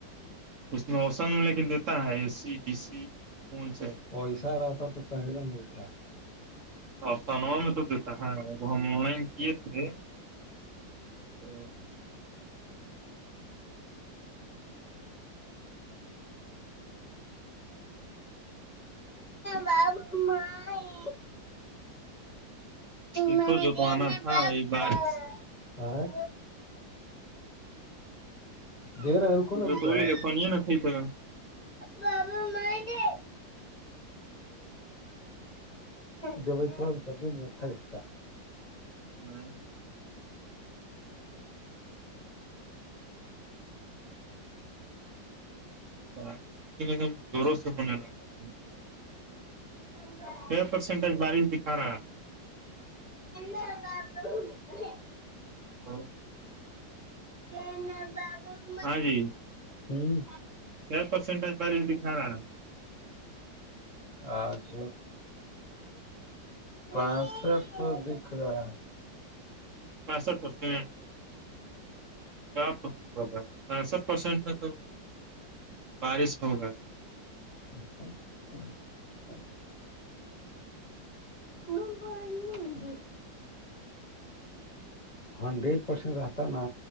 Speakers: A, on the right; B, on the left.
A: اس میں اوسن میں لے کے دیتا ہے اے سی بیی سی فون سے
B: ویسا رہاتا تو کہےلا نہیں تھا
A: آفسانو میں تو دیتا ہے ا ہم آن لائن کیے تھے تو
B: باب مائی
A: سی
B: میں
A: تو جوتونا
B: دینا
A: تھا
B: بابا
A: ا بارش
B: ہاں دے رہا ہے رکو نا
A: جو
B: بیٹا
A: تولیے فنیا نہ کائیتا
B: بابا مائ دے دب شرم س دو منٹ کال کا
A: ہوں بارش نکنے میں ایک دم زوروں سے ہونے لگا ہے
B: ہ
A: چھ پرسنٹج بارش دکھا رہا ہے
B: کر ارے
A: ہاں
B: ج
A: ہاں جی
B: ہوں
A: کیا پرسنٹج بری دکھ رہ
B: آجھ پسٹھ تو دکھ رہا ہے
A: بسٹ پرسنٹ گا پینسٹھ پرسینٹ ہے تو بارش ہوگا
B: ہ کوئی پلے ہنڈریڈ پرسینٹ رہتا نا